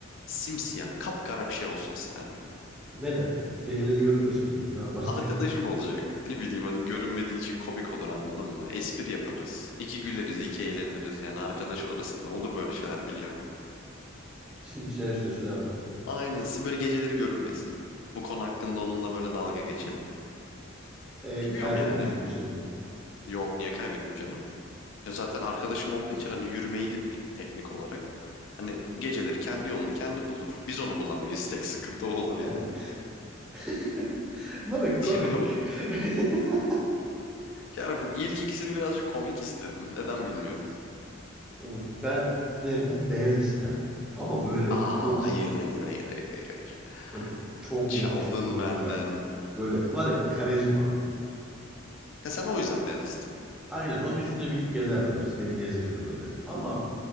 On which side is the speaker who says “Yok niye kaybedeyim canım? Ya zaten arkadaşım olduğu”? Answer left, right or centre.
Left